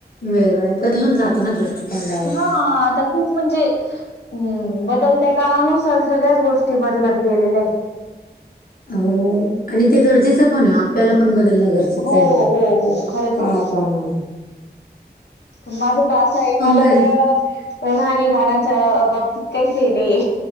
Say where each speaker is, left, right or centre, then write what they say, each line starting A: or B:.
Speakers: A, on the left; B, on the left.
A: वेगळाय, बदलून जातं ना दृष्टिकोन दा <unintelligible>
B: हा आता खूप म्हणजे हम् बदलत्या काळानुसार सगळ्याच गोष्टी बदलत गेलेल्या आहेत.
A: हो आणि ते गरजेचं पण आहे आपल्याला पण बदल नगरचाच
B: हो
A: आहे मी,
B: हो हो खरंच
A: कामा
B: आहे
A: प्रमाणे.
B: पण माझं तर असंय मला
A: जाईल.
B: तर, राहणीमानाच्या बाबतीत काहीच हे नाहीये.